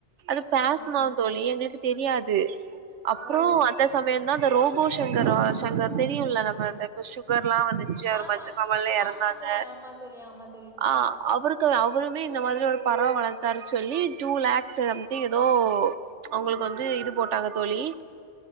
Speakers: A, on the right; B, in the centre.
A: அது பேசுமா
B: ம்.
A: தோழி எங்ளுக்கு தெரியாது அப்பறம்
B: ஓ!
A: அந்த சமயந்தா இந்த ரோபோ சங்கர் சங்கர் தெரியும்ல நம்ம அந்த சுகர் எல்லாம் வந்துச்சு அவரு
B: ஆமா.
A: மஞ்ச காமலைல இறந்தாங்க
B: ஆமா தோழி, ஆமா தோழி, ஆமா தோழி.
A: ஆ அவரு க்கு அவருமே இந்த மாதிரி ஒரு பறவை வளத்தாரு சொல்லி டூ லேக்ஸ் சம்திங் எதோ அவுங்களுக்கு வந்து இது போட்டாங்க தோழி